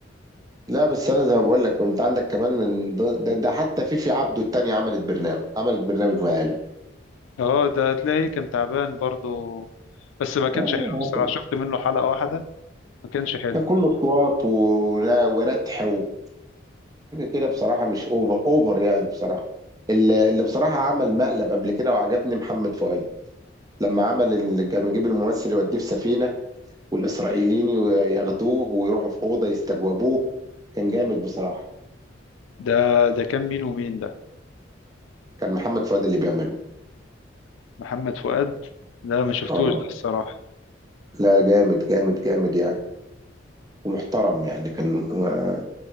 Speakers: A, on the right; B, on the left.
A: لا بس انا زي ما بقول لك انت عندك كمان من ض- ده, ده حتى فيفي عبده التانية عملت برنامج عملت برنامج مقالب
B: اه ده تلاقيه كان تعبان برضو بس ما كانش
A: اه
B: حلو الصراحه شفت منه حلقه واحده ما كانش حلو
A: كان كله اصوات و... ولا- وردح وحاجه كده بصراحه مش اوفر اوفر يعني بصراحه اللي اللي بصراحه عمل مقلب قبل كده وعجبني محمد فؤاد لما عمل ال- كان بيجيب الممثل يوديه في سفينة والإسرائيليين ي- ياخدوه ويروحوا في أوضة يستجوبوه كان جامد بصراحة
B: ده ده كان مين ومين ده
A: كان محمد فؤاد اللي بيعمله
B: محمد فؤاد لا ما شفتوش
A: اه
B: ده الصراحه
A: لا جامد جامد جامد يعني ومحترم يعني كان ما-